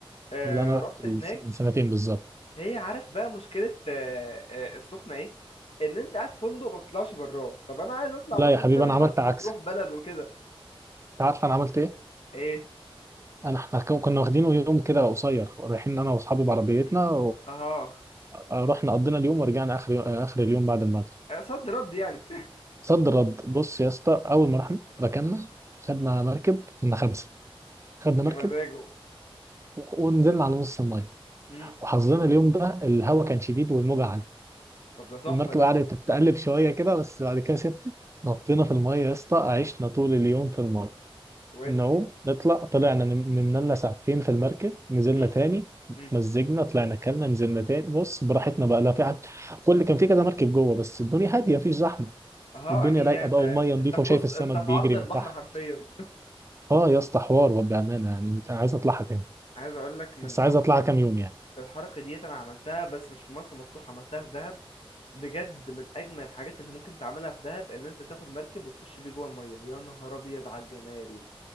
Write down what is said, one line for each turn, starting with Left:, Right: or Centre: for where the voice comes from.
Left: آه
Right: اللي انا
Left: رحت
Right: رحت
Left: هناك
Right: من سنتين بالظبط
Left: هي عارف بقى مشكله آه آه السخنه ايه ان انت قاعد في فندق ما بتطلعش براه طب انا عايز اطلع
Right: لا
Left: مثلا
Right: يا حبيبي
Left: شبه
Right: انا
Left: مرسى
Right: عملت عكس
Left: مطروح بلد وكده
Right: انت عارف انا عملت ايه
Left: ايه
Right: انا احنا كو- كنا واخدين يوم كده قصير رايحين انا واصحابي بعربيتنا
Left: اها
Right: ورحنا قضينا اليوم ورجعنا اخر يوم اخر اليوم بعد المغرب
Left: آه، صد رد يعني
Right: صد رد بص يا اسطى اول ما رحنا ركننا خدنا
Left: <laughs> مم.
Right: مركب كنا خمسه خدنا
Left: يا
Right: مركب
Left: مزاجه
Right: ونزلنا على نص الميه
Left: امم
Right: وحظنا اليوم ده الهواء كان شديد والموجه عاليه
Left: طب ده تحفه
Right: المركب
Left: ده
Right: قعدت تتقلب شويه كده بس بعد كده سبت نطينا في الميه يا اسطى عشنا طول اليوم في الميه
Left: ودي
Right: نعوم نطلع طلعنا نم- نمنا لنا ساعتين في المركب نزلنا
Left: مم.
Right: تاني
Left: مم.
Right: مزجنا طلعنا كلنا نزلنا تاني بص براحتنا بقى لا في حد كل كان في كده مركب جوه بس الدنيا هاديه مفيش زحمه
Left: اه
Right: والدنيا
Left: اكيد
Right: رايقه
Left: يعني انت
Right: بقى
Left: انت
Right: والميه نظيفه
Left: أنت
Right: وشايف
Left: في وسط
Right: السمك
Left: انت في
Right: بيجري
Left: عرض البحر
Right: من تحت
Left: حرفيا
Right: اه يا اسطى حوار وبامانه يعني عايز اطلعها تاني
Left: عايز اقول لك من
Right: بس عايز
Left: برضو
Right: اطلعها كام يوم يعني
Left: الحركه ديت انا عملتها بس مش في مرسى مطروح عملتها في دهب بجد من اجمل الحاجات اللي ممكن تعملها في دهب ان انت تاخد مركب وتخش بيه جوه الميه يا نهار ابيض على الجمال